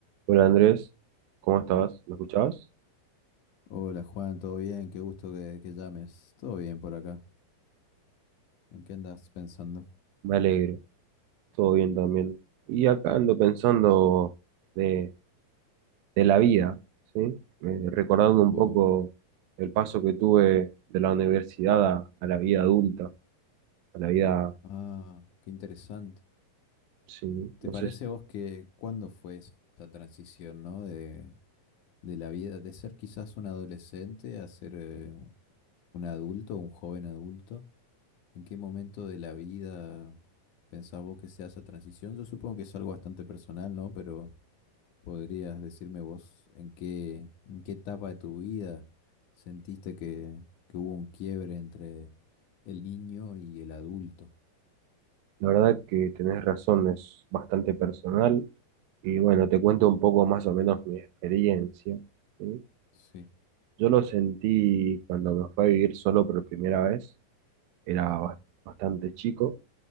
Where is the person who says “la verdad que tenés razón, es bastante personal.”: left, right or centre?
Right